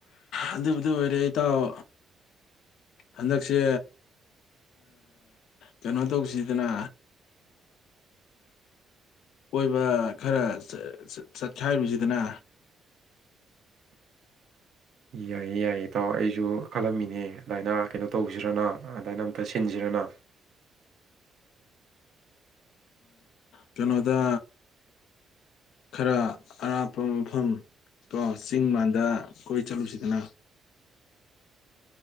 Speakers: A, on the left; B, on the right.
A: ꯑꯗꯨꯕꯨꯗꯨ ꯑꯣꯏꯔꯦ ꯏꯇꯥꯎ ꯍꯟꯗꯛꯁꯦ ꯀꯩꯅꯣ ꯇꯧꯁꯤꯗꯅ ꯀꯣꯏꯕ ꯈꯔ ꯆꯠꯈꯥꯏꯔꯨꯁꯤꯗꯅ
B: ꯌꯥꯏꯌꯦ ꯌꯥꯏꯌꯦ ꯏꯇꯥꯎꯑꯣ ꯑꯩꯁꯨ ꯈꯜꯂꯝꯃꯤꯅꯦ ꯑꯗꯨꯃꯥꯏꯅ ꯀꯩꯅꯣ ꯇꯧꯁꯤꯔꯅ ꯑꯗꯨꯃꯥꯏꯅ ꯑꯝꯇ ꯁꯤꯟꯁꯤꯔꯅ
A: ꯀꯩꯅꯣꯗ ꯈꯔ ꯑꯔꯥꯞꯄ ꯃꯐꯝ ꯀꯣ ꯆꯤꯡ ꯃꯥꯟꯗ ꯀꯣꯏ ꯆꯠꯂꯨꯁꯤꯗꯅ